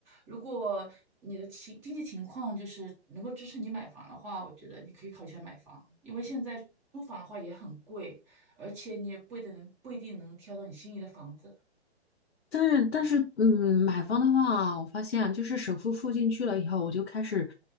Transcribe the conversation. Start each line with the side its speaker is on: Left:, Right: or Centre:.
Right: 如果你的情经济情况就是能够支持你买房的话，我觉得你可以考虑一下买房，因为现在租房的话也很贵，而且你也不一定能不一定能挑到你心仪的房子。
Left: 但是但是，嗯，买房的话，我发现啊就是首付付进去了以后，我就开始